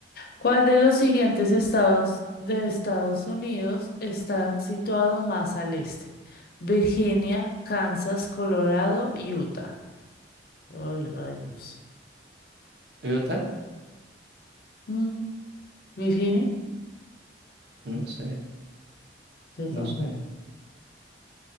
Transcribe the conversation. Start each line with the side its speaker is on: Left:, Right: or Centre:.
Left: ¿Cuál de los siguientes estados de Estados Unidos está situado más al este? Virginia, Kansas, Colorado, Utah. Ay, rayos.
Right: ¿Utah?
Left: Mm, ¿Virginia?
Right: No sé,
Left: Yo tampoco.
Right: no sé.